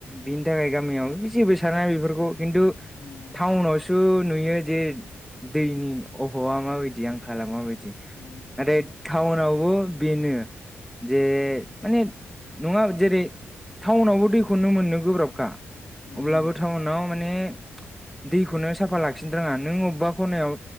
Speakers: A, in the centre; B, on the left.
A: बिनि थाखाय गामियाव जेबो साना बेफोरखौ खिन्थु
B: उम
A: टाउनावसो खिन्थु नुयो जे दैनि अफाबा माबायदि आंखाला माबायदि।
B: उम
A: आरोे टाउनावबो बेनो जे माने नङा जेरै टाउनावबो दैखौनो मोननो गोब्राबखा
B: उम
A: अब्लाबो टाउनाव माने दैखौनो साफा लाखिनो रोङा नों अबेबा खनायाव